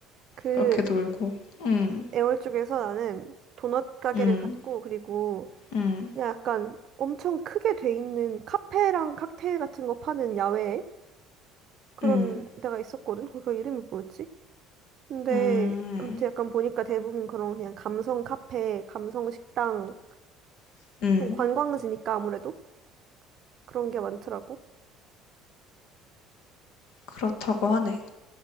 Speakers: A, on the right; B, on the left.
A: 그,
B: 그렇게 놀고 음.
A: 애월 쪽에서 나는 도넛 가게를
B: 음,
A: 갔고, 그리고
B: 음,
A: 그냥 약간 엄청 크게 돼 있는 카페랑 칵테일 같은 거 파는 야외 그런
B: 음,
A: 데가 있었거든. 거기 이름이 뭐였지? 근데
B: 음, 음. 음,
A: 아무튼 약간 보니까 대부분 그런 그냥 감성 카페, 감성 식당,
B: 음, 음, 음, 음, 음, 음, 음, 음, 음, 음, 음, 음,
A: 좀 관광지니까
B: 음,
A: 아무래도 그런 게 많더라고.
B: 그렇다고 하네.